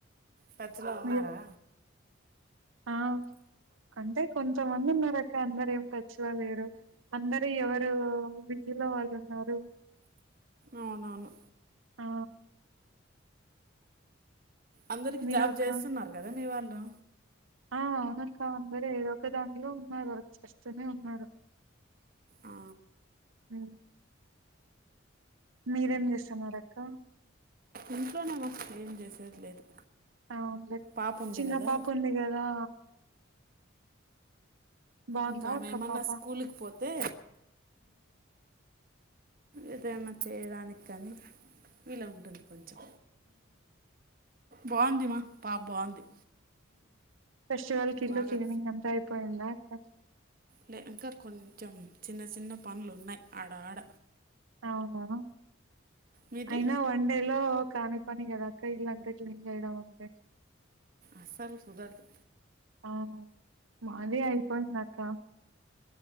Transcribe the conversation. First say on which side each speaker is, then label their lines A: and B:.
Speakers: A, on the right; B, on the right.
A: టచ్ లో ఉన్నారా
B: మీరు ఆ అంటే కొంతమంది ఉన్నారు అక్క అందరు ఏం టచ్ లో లేరు అందరు ఎవరు రిలో వాళ్ళు ఉన్నారు
A: అవునవును
B: ఆ
A: అందరికి
B: మీరు
A: జాబ్
B: అక్క
A: చేస్తున్నారు కదా మీ వాళ్ళు
B: ఆ అవునక్క అందరు ఏదో ఒక దాంట్లో ఉన్నారు వచ్చేస్తూనే ఉన్నారు
A: ఆ,
B: అ మీరేం చేస్తున్నారు అక్క
A: ఇంట్లోనేవ ఏం చేసేది లేదు
B: అవునులే
A: పాప ఉంది
B: చిన్న
A: కదా
B: పాపు ఉంది కదా బాగుందా
A: ఇంకా ఆమె
B: అక్క
A: ఏమన్నా
B: పాప
A: స్కూల్ కి పోతే ఏదైనా చేయడానికి కానీ వీలు ఉంటుంది కొంచెం బాగుందిమా పాప బాగుంది
B: ఫెస్టివల్క్ ఇల్లు
A: బాగా
B: క్లీనింగ్ అంతా అయిపోయిందా అక్క
A: లే ఇంకా కొంచెం చిన్న చిన్న పనులున్నాయి ఆడ ఆడ
B: అవునా
A: మీది
B: అయినా వన్ డే లో కాని పని కదా అక్క ఇలంతా క్లీన్ చేయడం అంటే
A: అస్సలు కుధారధు
B: ఆ మాది అయిపోయిందక్క